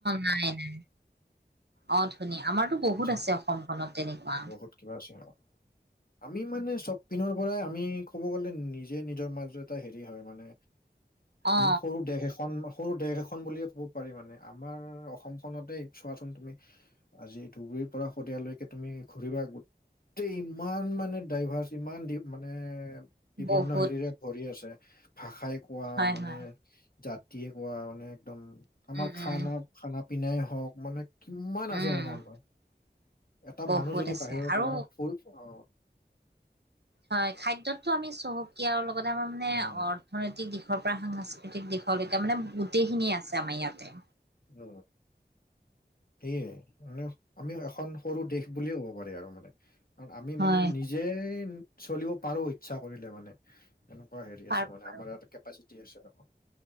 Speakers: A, on the right; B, on the left.
A: নাই নাই অ ধুনীয়া আমাৰতো বহুত
B: যে
A: আছে অসমখনত তেনেকুৱা
B: বহুত কিবা আছে আমি মানে চব পিনৰ পৰাই আমি ক'ব গলে নিজে নিজৰ মাজ এটা হেৰি হয় মানে
A: অ
B: সৰু দেশ এখন সৰু দেশ এখন বুলিয়ে ক'ব পাৰি মানে আমাৰ অসমখনতেই চোৱাচোন তুমি আজি ধুবুৰীৰ পৰা শদিয়ালৈ তুমি ঘূৰিবা গোটেই ইমান মানে ডাইভাৰ্চ ইমান দি মানে বিভিন্ন
A: বহুত
B: হেৰিৰে ভৰি আছে ভাষাই কোৱা
A: হয়
B: মানে
A: হয়
B: জাতিয়ে কোৱা মানে একদম আমাৰ
A: উম
B: খানা
A: উম
B: খানা পিনাই হওক মানে কিমান
A: উম,
B: আছে মানে আমাৰ এটা
A: বহুত
B: মানুহ যদি
A: আছে
B: বাহিৰৰ
A: আৰু
B: পৰা ফুৰি অ
A: হয় খাদ্যটো আমি চহকীয়া আৰু লগত আমাৰ মানে
B: উম,
A: অ অৰ্থনৈতিক দিশৰ পৰা সাংস্কৃতিক দিশলৈকে মানে গোটেইখিনিয়ে আছে আমাৰ ইয়াতে
B: উ সেইয়ে মানে আমি এখন সৰু দেশ বুলিয়ে ক'ব পাৰি আৰু মানে আমি
A: হয়।
B: মানে নি যে চলিব পাৰো ইচ্ছা কৰিলে মানে এনেকুৱা হেৰি
A: পাৰো
B: আছে মানে
A: পাৰো
B: আমাৰ এইয়াতে কেপাচিটি আছে অসম